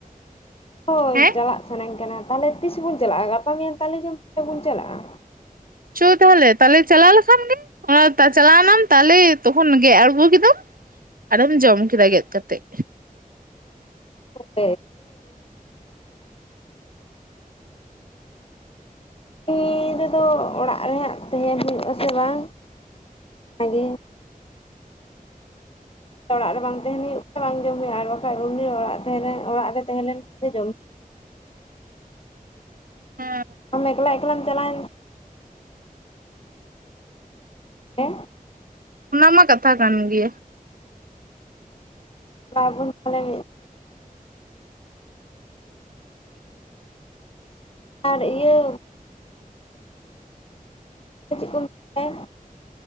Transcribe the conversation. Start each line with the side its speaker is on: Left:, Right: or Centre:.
Left: ᱦᱚᱭ
Right: ᱦᱮᱸ
Left: ᱪᱟᱞᱟᱜ ᱥᱟᱱᱟᱧ ᱠᱟᱱᱟ ᱛᱟᱦᱚᱞᱮ ᱛᱤᱥ ᱵᱚᱱ ᱪᱟᱞᱟᱜᱼᱟ ᱜᱟᱯᱟ ᱢᱮᱭᱟᱝ ᱛᱟᱞᱮ ᱡᱚᱢ ᱵᱚᱱ ᱪᱟᱞᱟᱜᱼᱟ
Right: ᱪᱚ ᱛᱟᱦᱚᱞᱮ ᱛᱟᱦᱚᱞᱮ ᱪᱟᱞᱟᱣ ᱞᱮᱠᱷᱟᱱ ᱜᱮ ᱚᱱᱟ ᱪᱟᱞᱟᱣᱱᱟᱢ ᱛᱟᱞᱮ ᱛᱚᱠᱷᱚᱱ ᱜᱮᱫ ᱟᱬᱜᱚ ᱠᱮᱫᱟᱢ ᱟᱨᱮᱢ ᱡᱚᱢ ᱠᱮᱫᱟ ᱜᱮᱫ ᱠᱟᱛᱮᱫ
Left: <unintelligible> ᱛᱤ ᱨᱮᱫᱚ ᱚᱲᱟᱜ ᱨᱮ ᱦᱟᱸᱜ ᱛᱟᱦᱮᱱ ᱦᱩᱭᱩᱜ ᱟᱥᱮ ᱵᱟᱝ ᱚᱱᱟᱜᱮ ᱚᱲᱟᱜ ᱨᱮ ᱵᱟᱝ ᱛᱟᱦᱮᱱ ᱦᱩᱭᱩᱜ ᱛᱮ ᱵᱟᱝ ᱡᱚᱢ ᱦᱩᱭᱩᱜᱼᱟ ᱟᱨ ᱵᱟᱠᱷᱟᱡ ᱨᱩᱢᱤ ᱚᱲᱟᱜ ᱛᱟᱦᱮᱸᱱ ᱚᱲᱟᱜ ᱨᱮ ᱛᱟᱦᱮᱸ ᱞᱮᱱ ᱠᱷᱟᱱ ᱫᱚ ᱡᱚᱢᱼᱟ
Right: ᱦᱮᱸ
Left: ᱟᱢ ᱮᱠᱞᱟ ᱮᱠᱞᱟ ᱪᱟᱞᱟᱣᱮᱱ ᱦᱮ
Right: ᱚᱱᱟ ᱢᱟ ᱠᱟᱛᱷᱟ ᱠᱟᱱ ᱜᱮᱭᱟ
Left: <unintelligible> ᱟᱨ ᱤᱭᱟᱹ ᱪᱮᱫ ᱠᱚ ᱢᱮᱱ